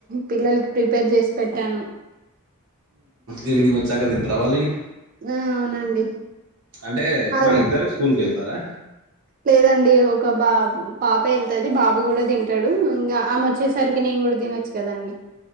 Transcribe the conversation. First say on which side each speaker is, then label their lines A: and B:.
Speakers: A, on the right (about 40°); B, on the right (about 75°).
A: పిల్లలకి ప్రిపేర్ చేసి పెట్టాను
B: ఈవినింగ్ వచ్చాక తింటారా వాళ్ళింక
A: ఆ అవునండి
B: అంటే ఎట్లా
A: వాళ్ళు
B: ఇద్దరు స్కూల్కి వెళ్తారా
A: లేదండి ఒక బా పాప వెళ్తుది బాబు కూడా తింటాడు ఇంకా ఆమె వచ్చేసరికి ఇ నేను కూడా తినొచ్చు కదండి